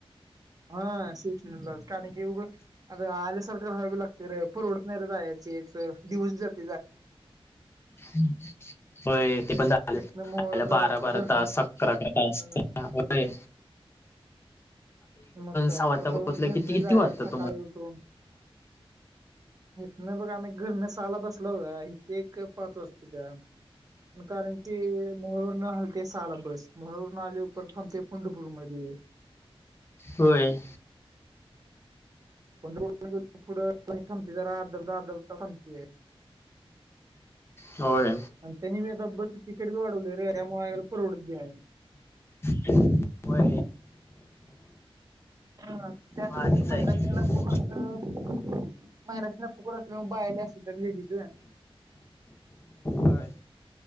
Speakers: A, on the right (about 35°); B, on the left (about 25°).
A: हा शिकक्षणला कारण इव अ आले सरकार ह ला तर परवडतणार जायचे एक दिवस जात
B: हम्. होय ते पण झालंला
A: तिथनं मोहळा जावं
B: बारा बारा
A: घरनं
B: तास अकरा अकरा तासय.
A: अं, मग काय
B: सहा वाजता
A: परत
B: पोहोचलं
A: आणि जून घरमी
B: किती किती
A: जा
B: वाजता
A: आहे सकाळी
B: तुम्हाला
A: उठून. हेेत नाही बघ आम्ही घरने साला बसला हो इथे एक पाच वाजता त्या. कारण की मोहळोर न हालते साला बस म्हहळोर न आलीपर थांबते पंढरपूरमध्येध्ये.
B: होय.
A: पण थोडं कोणी थांबते जरा अर्धबद अर्धब थांबते
B: होय
A: आणि त्यानीबी आता बस तिकट वाढवले रे त्यामुळे यायला परवडत बी नाही
B: <inaudible>
A: हा त्यातल्या
B: भारीच
A: महिला
B: आहे की मग.
A: <unintelligible> महिलासनी फुकट असल्यामुळं बायला असत्यात त्या लेडीज
B: होय